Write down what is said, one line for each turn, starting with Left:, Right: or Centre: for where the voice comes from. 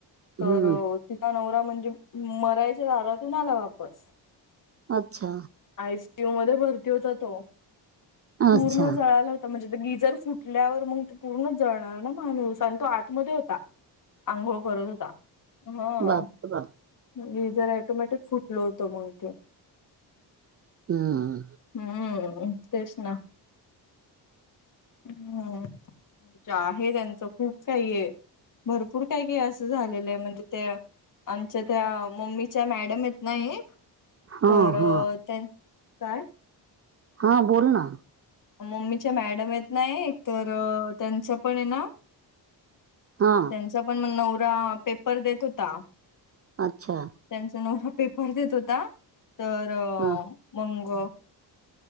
Left: तर
Right: हम्म
Left: तिचा नवरा म्हणजे मरायच्या दारातून आला वापस.
Right: अच्छा.
Left: आयसीयूमध्ये भरती होता तो. पूर्ण
Right: अच्छा हा
Left: जळाला हो तर म्हणजे ते गिझर फुटल्यावर मंग ते पूर्ण जळणार ना माणूस आणि तो आतमध्ये होता. आंघोळ करत होता, हं
Right: बाप रे बाप
Left: गिझर ऑटोमॅटिक फूट लई होतंय मग ते.
Right: हां.
Left: हम्म तेच ना. हम्म म्हणजे आहे त्यांचं खूप काही आहे. भरपूर काय काय असं झालेलंय म्हणजे ते, आमच्या त्या, मम्मीच्या मॅडम येत ना एक.
Right: हा
Left: तर
Right: हा
Left: त्यां काय?
Right: हा बोल ना.
Left: मम्मीच्या मॅडम हायेत ना एक, तर त्यांचं पण हे ना
Right: हां.
Left: त्यांचा पण मग नवरा पेपर देत होता.
Right: अच्छा.
Left: त्यांचा नवरा पेपर देत होता, तर
Right: हा
Left: मंग